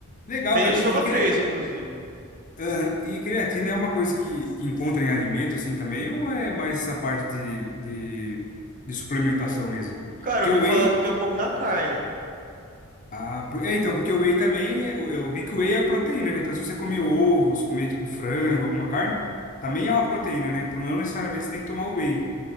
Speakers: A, on the left; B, on the right.
A: Legal,
B: Tem
A: cara.
B: gente que
A: E,
B: toma
A: e, cre-
B: 3, inclusive.
A: aham. E creatina é uma coisa que, que encontra em alimento, assim, também? Ou é mais essa parte de, de, de suplementação mesmo?
B: Cara,
A: Porque
B: eu ouvi
A: o
B: falar
A: whey,
B: que tem um pouco na carne.
A: Ah, por- é, então, porque o whey também, é- eu, eu vi que o whey é proteína, né? Então, se você comer ovos, comer, tipo, frango, alguma carne, também é uma proteína, né? Então, não necessariamente você tem que tomar o whey.